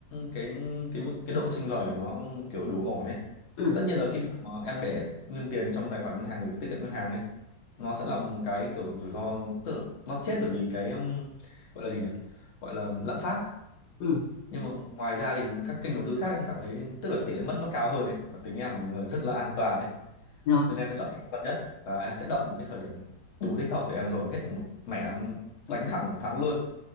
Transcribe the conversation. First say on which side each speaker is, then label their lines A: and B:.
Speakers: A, on the left; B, on the left.
A: cái cái mức cái độ sinh lời của nó kiểu đủ ổn ấy
B: ừ
A: tất nhiên là cái việc mà em để nguyên tiền trong tài khoản ngân hàng gửi tiết kiệm ngân hàng ấy nó sẽ là một cái kiểu rủi ro tức là nó chết bởi vì cái um, gọi là gì nhỉ gọi là lạm phát
B: ừ
A: nhưng mà ngoài ra thì các kênh đầu tư khác em cảm thấy tức là cái tỷ lệ mất nó cao hơn ấy và tính em là một người rất là an toàn ấy
B: rồi
A: nên em đã chọn cái vật nhất và em sẽ đợi một cái thời điểm đủ thích hợp để em dồn hết một mẻ em đánh thẳng thắng luôn